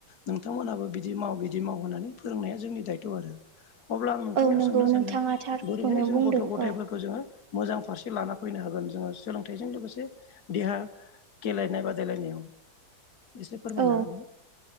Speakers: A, on the left (about 60°); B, on the right (about 75°).
A: नोंथांमोनहाबो बिदि माव बिदि माव होननानै फोरोंनाया जोंनि दायथ' आरो अब्ला आं नोंथांनियाव
B: औ नंगौ
A: सोंनो सानदों
B: नोंथाङा थारखौनो
A: बोरैहाय जों
B: बुंदों
A: गथ' गथायफोरखौ
B: औ
A: जोङो मोजां फारसे लाना फैनो हागोन जोङो सोलोंथाइजों लोगोसे देहा गेलेनाय बादायलायनायाव एसे फोरमायना
B: औ
A: होदो।